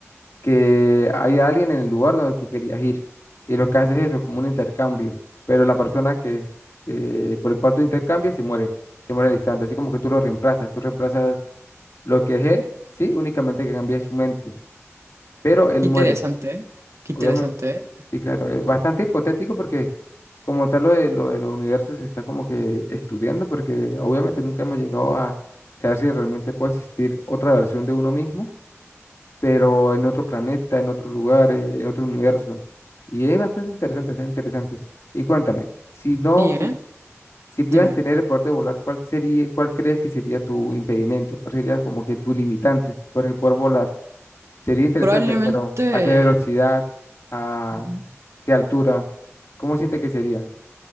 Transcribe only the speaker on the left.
que hay alguien en el lugar donde tú querías ir. Y lo que haces es eso, como un intercambio. Pero la persona que, es- que- por el cual tú intercambias se muere, se muere al instante. Así como que tú lo reemplazas, tú reemplazas lo que es él, sí, únicamente que cambia su mente. Pero él
muere,
obviamente.
Sí, claro, es bastante hipotético porque como tal lo de, lo de los universos se está como que estudiando porque obviamente nunca hemos llegado a saber si realmente puede existir otra versión de uno mismo pero en otro planeta, en otro lugar, eh, en otro universo. Y es bastante interesante, está interesante. Y cuéntame, si no,
si,
si pudieras
tener el poder de volar, ¿cuál sería, cuál crees que sería tu impedimento? ¿Cuál sería como que tu limitante para poder volar? Sería interesante,
pero ¿a qué velocidad? ¿A
qué altura? ¿Cómo siente que sería?